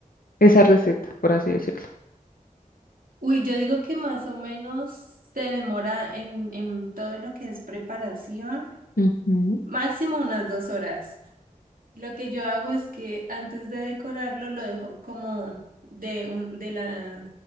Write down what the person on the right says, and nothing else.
Uy, yo digo que más o menos se demora en, en todo lo que es preparación,
máximo unas dos horas. Lo que yo hago es que antes de decorarlo lo dejo como de un, de la,